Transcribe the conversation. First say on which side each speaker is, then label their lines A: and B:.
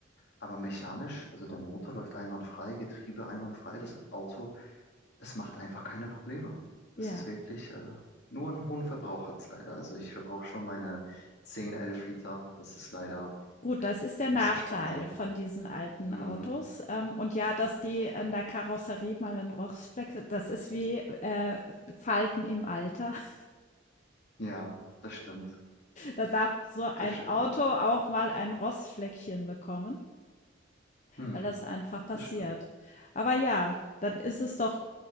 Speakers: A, on the left (about 55°); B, on the left (about 40°).
A: Aber mechanisch, also der Motor läuft einwandfrei, Getriebe einwandfrei, das Auto, es macht einfach keine Probleme. Das
B: ja.
A: ist wirklich äh, nur einen hohen Verbrauch hat's leider. Also ich verbrauche schon meine 10 11 Liter. Das ist leider
B: Gut, das ist der Nachteil
A: nicht so sparsam.
B: von diesen alten
A: Mhm.
B: Autos. Ähm, und ja, dass die an der Karosserie mal 'n Rostfleck das ist wie, äh, Falten im Alter. <laughs>
A: Ja, das stimmt,
B: Da darf so ein
A: das stimmt.
B: Auto auch mal ein Rostfleckchen bekommen,
A: Mhm.
B: weil das einfach passiert.
A: Das stimmt.
B: Aber ja, dann ist es doch